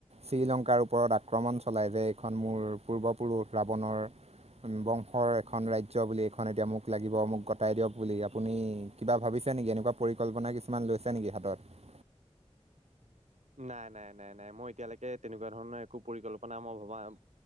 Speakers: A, on the right; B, on the right.
A: শ্ৰীলংকাৰ ওপৰত আক্ৰমণ চলাই যে। সেইখন মোৰ পূৰ্বপুৰুষ ৰাৱণৰ বংশৰ এখন ৰাজ্য বুলি এইখন এতিয়া মোক লাগিব, মোক গতাই দিয়ক বুলি আপুনি কিবা ভাবি ছে নেকি? এনেকুৱা পৰিকল্পনা কিছুমান লৈছে নেকি হাতত।
B: নাই নাই নাই নাই, মই এতিয়ালৈকে তেনেকুৱা ধৰণৰ একো পৰিকল্পনা মই ভবা না